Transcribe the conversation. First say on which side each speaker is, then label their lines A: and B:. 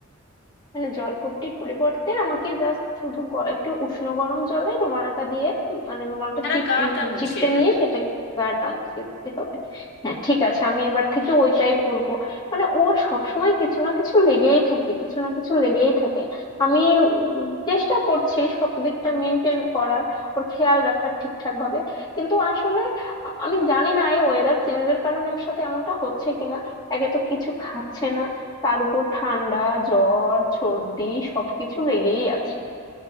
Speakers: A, on the left; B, on the left.
A: মানে জলপট্টির পরিবর্তে আমাকে জাস্ট শুধু গ- একটু উষ্ণ গরম জলে রুমালটা দিয়ে মানে রুমালটা
B: সারা
A: চিপ
B: গাটা
A: উম,
B: মুছিয়ে
A: চিপটে
B: দেবে
A: নিয়ে সেটা গাটা মুছিয়ে দিতে হবে হ্যাঁ ঠিক আছে আমি এবার থেকে ওইটাই করবো মানে ওর সবসময় কিছু না কিছু লেগেই থাকে কিছু না কিছু লেগেই থাকে আমি উম, চেষ্টা করছি সব দিকটা মেনটেন করার ওর খেয়াল রাখার ঠিকঠাক ভাবে কিন্তু আসলে আ- আমি জানি না এই ওয়েদার চেঞ্জের কারণে ওর সাথে এমনটা হচ্ছে কিনা একে তো কিছু খাচ্ছে না তার উপর ঠান্ডা জ্বর সর্দি সবকিছু লেগেই আছে